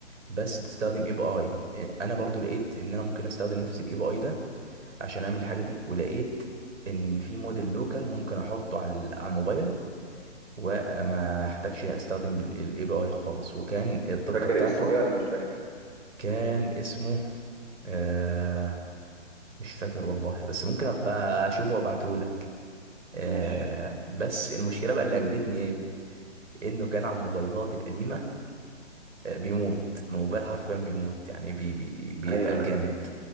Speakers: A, on the right; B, on the right.
A: بس بتستخدم اي بي اي انا برضو لقيت ان انا ممكن استخدم نفس الاي بي اي ده عشان اعمل الحاجه دي ولقيت ان في موديل لوكال ممكن احطه على ال- على الموبايل وما احتاجش استخدم الاي بي اي خالص وكان الدقه
B: فاكر
A: بتاعته
B: اسمه ايه ولا مش فاكر
A: كان اسمه آه، مش فاكر والله بس ممكن ابقى اشوفه وابعتهولك آه
B: ماشي
A: بس المشكله بقى اللي اجبدتني ايه انه كان على الموبايلات القديمه آه بيموت الموبايل حرفيا بيموت يعني بي بي بيتقل
B: ايوه ايوه
A: جامد